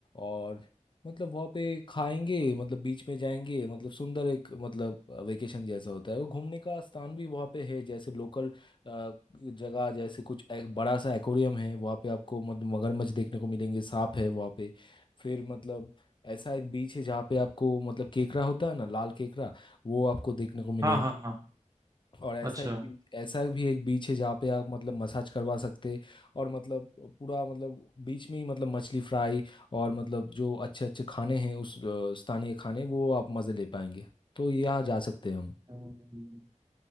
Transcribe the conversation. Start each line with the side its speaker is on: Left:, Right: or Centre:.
Left: और मतलब वहाँ पे खाएंगे मतलब बीच में जाएंगे मतलब सुंदर एक मतलब वेकेशन जैसा होता है वो घूमने का स्थान भी वहाँ पे है जैसे लोकल जगह जैसे कुछ एक बड़ा सा एक्वेरियम है वहाँ पे आपको मतलब मगरमच्छ देखने को मिलेंगे सांप है वहाँ पे फिर मतलब ऐसा एक बीच है जहाँ पे आपको मतलब केकड़ा होता है ना लाल केकड़ा वो आपको देखने को मिलेंगे
Right: हाँ हाँ हाँ
Left: और ऐसा
Right: अच्छा
Left: एक बीच ऐसा भी एक बीच है जहाँ पे आप मतलब मसाज करवा सकते और मतलब पूरा मतलब बीच में ही मतलब मछली फ्राई और मतलब जो अच्छे अच्छे खाने हैं उस अ, स्थानीय खाने वो आप मज़े ले पाएंगे तो यहाँ जा सकते हैं हम
Right: हम्म।